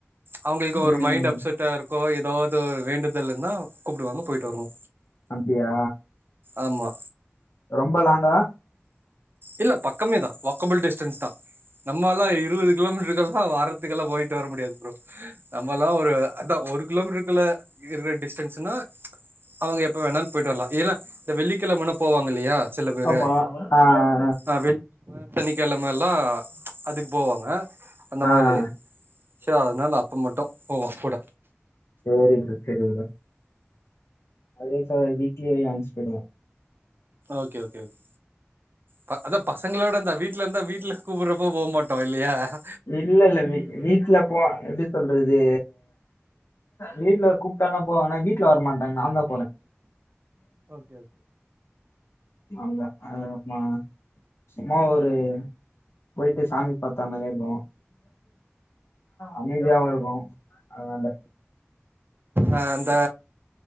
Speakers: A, on the right; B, on the left.
A: அவங்கள்க்கு ஒரு
B: ம்
A: மைண்ட் அப்செட் ட்டா இர்க்கோ ஏதோதோ வேண்டுதல்னா குப்டுவாங்க போய்ட்டு வர்னு
B: அப்படியா
A: ஆமா
B: ரொம்ப லாங்கா
A: இல்ல பக்கமேதா வாக்கபல் டிஸ்டன்ஸ் தா நம்மல்லா இருவது கிலோமீட்டர் கெல்லா வார் துக்கெல்லா போய்ட்டு வர முடியாத் ப்ரோ நம்மல்லா ஒரு அத்தா ஒரு கிலோமீட்ருக்குள்ள இக்குர டிஸ்டன்ஸ்சுனா அவுங்க எப்ப வேணான் போய்ட்டு வர்லா ஏனா இந்த வெள்ளிக்கிழமனா போவாங் இல்லையா சில பேரு
B: ஆமா ஆ
A: ஆ வெள் <inaudible> சனிக்கிழம எல்லா அதுக் போவாங்க அந்த
B: ஆ
A: மாரி ச்ச அதனால் அப்பு மட்டு போவோ கூட
B: சேரி ப்ரு செரி புரோ அதே ச்சா வீக்லி யன்ஸ் போய்டுவோ
A: ஓகே ஓகே ஓக் ப அதா பசங்களோட இந்தா வீட்ல இந்தா வீட்ல கூப்புறப் இப்போ போ மாட்டோ இல்லியா ஆஹா
B: இல்ல இல்ல வி வீட்லப் பா எப்டி சொல்றதே வீட்ல கூப்டால்லா போ ஆனா வீட்ல வர்மாட்டாங் நான் தா போனே
A: ஓகே ஓகே
B: அவ்ல்தா ஆ மா சும்மா ஒரு போய்ட்டு சாமி பாத்தா மாரேர் ஓ அமிதியாவு இருக்கு அதனால
A: ஆ அந்த